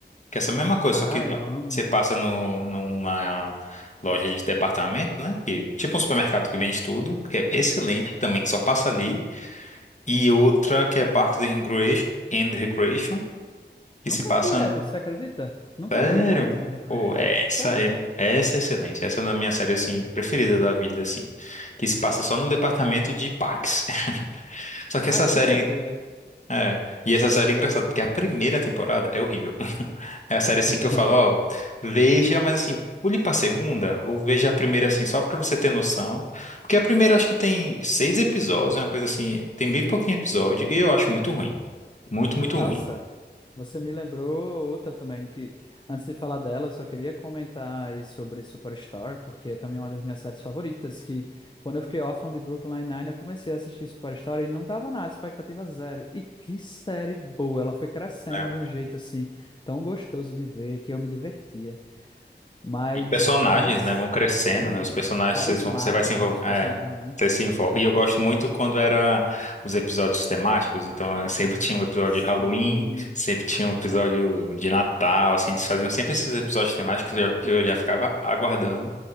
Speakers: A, on the left; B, on the left.
A: Que é essa mesma coisa,
B: Ah,
A: só que
B: eu amo.
A: você passa no, numa loja de departamento, né? Que, tipo um supermercado que vende tudo, que é excelente também, que só passa ali. E outra que é Parks and Recreation, and Recreation, que
B: Nunca
A: se passa
B: vi essa,
A: no...
B: você acredita? Nunca
A: Sério?
B: vi Parks and Recreation.
A: Pô, essa
B: Sério.
A: é, essa é excelente. Essa é uma da minha série, assim, preferida da vida, assim. Que se passa só no departamento de parques. <laughs> Só que
B: Ah,
A: essa
B: queria
A: série...
B: ver.
A: É, e essa série é engraçada, porque a primeira temporada é horrível. É a série assim
B: <laughs>
A: que eu falo, ó, veja, mas assim, pule pra segunda, ou veja a primeira assim, só pra você ter noção. Porque a primeira acho que tem seis episódios, é uma coisa assim, tem bem pouquinho episódio, e eu acho muito ruim. Muito, muito
B: Nossa,
A: ruim.
B: você me lembrou outra também, que antes de falar dela, eu só queria comentar aí sobre Superstore, porque é também uma das minhas séries favoritas, que quando eu fiquei órfão de Brooklyn Nine-Nine, eu comecei a assistir Superstore e não dava nada, expectativa zero. E que série boa, ela foi crescendo
A: né?
B: de um jeito assim, tão gostoso de ver, que eu me divertia. Mas
A: Os personagens,
B: umas,
A: né, vão crescendo,
B: uma-
A: né? Os personagens,
B: carismáticos
A: vocês vão- você vai se envolver.
B: os
A: É,
B: personagens, né?
A: você se envolve.
B: Cate-
A: E eu gosto muito quando era os episódios temáticos. Então, eu sempre tinha um episódio
B: Sim,
A: de Halloween, sempre tinha um episódio de Natal. Assim, eles faziam sempre esses episódios temáticos que eu já que eu já ficava aguardando,